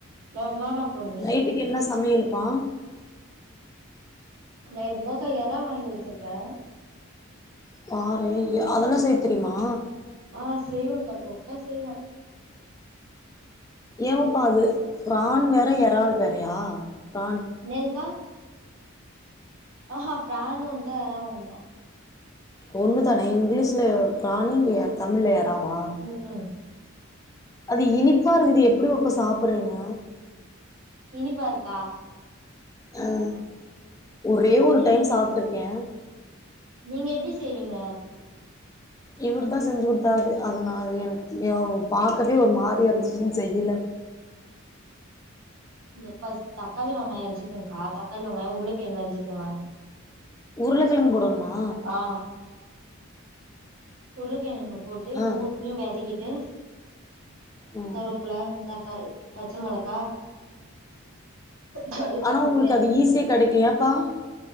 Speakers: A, on the right; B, on the left.
A: வேற என்னன்னா போடுவீங்க
B: நைட்டுக்கு என்ன சமையல்ப்பா
A: நைட்டு தோச எறா வாங்கி வச்சிருக்கே
B: பாரே எ அதெல்லா செய்ய தெரியுமா
A: ஆ செய்வேங்க்கா தொக்கா செய்வே
B: ஏவப்பா அது பிரான் வேற எறால் வேறையா பிரான்
A: என்னதுக்கா ஆஹா பிரானு ஒன்தா எறாவு ஒன்தா
B: ஒன்னுதானே இங்கிலீஷ்ல பிரான்னு எ தமிழ்ல எறாவா
A: ம்ஹும்
B: அது இனிப்பா இருக்குது எப்டி பாப்பா சாப்புடுறீங்க
A: இனிப்பா இருக்கா
B: ம் ஒரே ஒரு
A: நீங்க
B: டைம் சாப்ட்டுருக்கே
A: நீங்க எப்டி செய்வீங்க
B: இவர் தா செஞ்சு குடுத்தாரு அது நா அது எனக்கு எதோ பாக்கவே ஒரு மாரியா இருந்துச்சின்னு செய்யல
A: இந்த ஃபஸ் தக்காளி வெங்காயோ எஞ்சுக்கோனுக்கா தக்காளி வெங்காயோ உருளகெழங்கு அஞ்சுக்குவே
B: உருளக்கெழங் போடணுமா
A: ஆ உருளைக்கெழங்கு போட்டு
B: ஆ
A: மூணுத்தையு வெதக்கிட்டு
B: ம்
A: கருவப்புல தக்காளி பச்ச மொளகா கடுகுலா
B: ஆனா
A: போட்டு
B: உங்களுக்கு
A: வெதக்கிடுங்க
B: அது ஈஸியா கெடைக்கு ஏப்பா